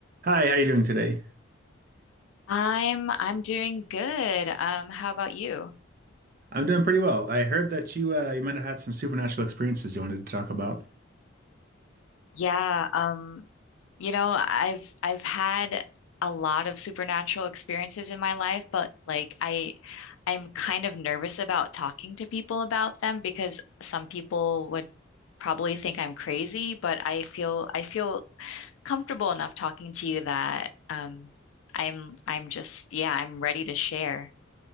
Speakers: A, on the right; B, on the left.
A: Hi, how are you doing today?
B: I'm I'm doing good. Um, how about you?
A: I'm doing pretty well. I heard that you uh, you might have had some supernatural experiences you wanted to talk about.
B: Yeah, um, you know, I've I've had a lot of supernatural experiences in my life, but like I I'm kind of nervous about talking to people about them because some people would probably think I'm crazy, but I feel I feel comfortable enough talking to you that um I'm I'm just yeah, I'm ready to share.